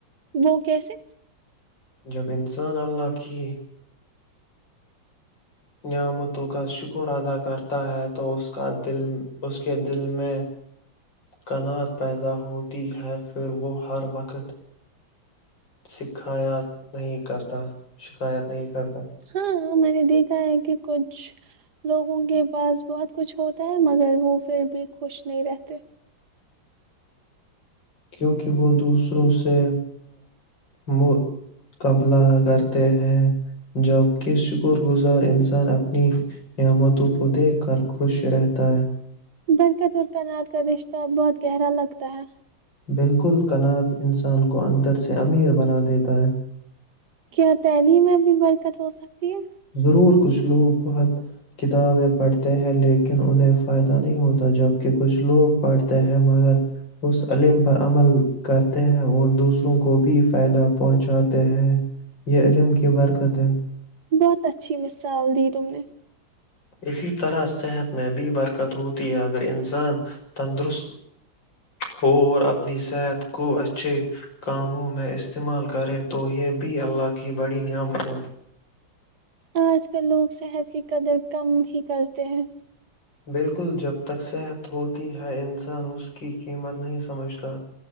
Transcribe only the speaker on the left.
جب انسان اللہ کی نعمتوں کا شکر ادا کرتا ہے تو اس کا دل اس کے دل میں کنات پیدا ہوتی ہے پھر وہ ہر وقت سکھایا نہیں کرتا شکایت نہیں کرتا
کیونکہ وہ دوسروں سے مقابلہ کرتے ہیں جبکہ شکر گزار انسان اپنی نعمتوں کو دیکھ کر خوش رہتا ہے
بالکل کنات انسان کو اندر سے امیر بنا دیتا ہے
ضرور کچھ لوگ بہت کتابیں پڑھتے ہیں لیکن انہیں فائدہ نہیں ہوتا جبکہ کچھ لوگ پڑھتے ہیں مگر اس علم پر عمل کرتے ہیں اور دوسروں کو بھی فائدہ پہنچاتے ہیں یہ علم کی برکت ہے
اسی طرح صحت میں بھی برکت ہوتی ہے اگر انسان تندرست ہو اور اپنی صحت کو اچھے کاموں میں استعمال کرے تو یہ بھی اللہ کی بڑی نعمتیں ہیں
بالکل جب تک صحت ہوتی ہے انسان اس کی قیمت نہیں سمجھتا